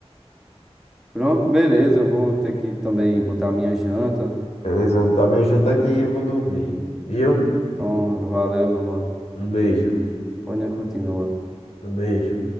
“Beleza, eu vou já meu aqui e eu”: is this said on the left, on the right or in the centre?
Left